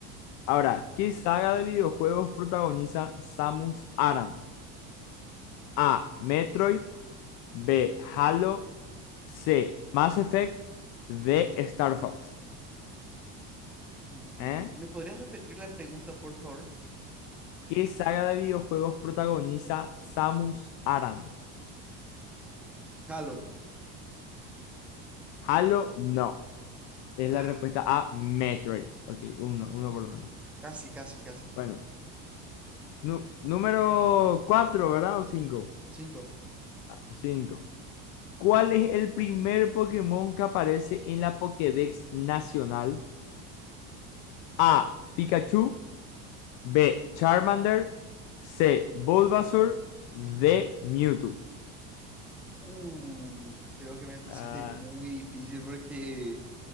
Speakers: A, on the left; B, in the centre.
A: Ahora, ¿qué saga de videojuegos protagoniza Samus Aran? A. Metroid. B. Halo. C. Mass Effect. D. Star Fox.
B: Y-
A: ¿Eh?
B: ¿Me podrías repetir la pregunta, por favor?
A: ¿Qué saga de videojuegos protagoniza Samus Aran?
B: Halo.
A: Halo, no. Es
B: Ah,
A: la respuesta a Metroid. Ok, uno, uno por lo menos.
B: casi, casi, casi.
A: Bueno, nu- número 4, ¿verdad? ¿O 5?
B: Cinco.
A: cinco. ¿Cuál es el primer Pokémon que aparece en la Pokédex nacional? A. Pikachu. B. Charmander. C. Bulbasaur. D. Mewtwo.
B: Uh, creo que me pusiste
A: Ah,
B: muy difícil porque